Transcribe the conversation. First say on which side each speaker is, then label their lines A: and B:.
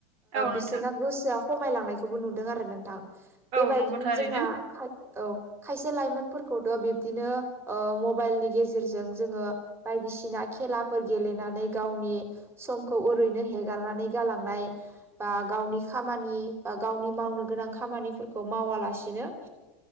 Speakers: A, on the right; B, on the right.
A: औ नोंथां
B: बिसोरना गोसोआ खमायलांनायखौबो नुदों आरो नोंथां
A: औ
B: बेबायदिनो
A: नंगौ थारैनो
B: जोंना खा औ खायसे लाइमोनफोरखौथ' बिब्दिनो मबाइलनि गेजेरजों जोङो बायदिसिना खेलाफोर गेलेनानै गावनि समखौ ओरैनो बिदिनो हेगारनानै गालांनाय बा गावनि खामानि बा गावनि मावनो गोनां खामानिफोरखौ मावालासिनो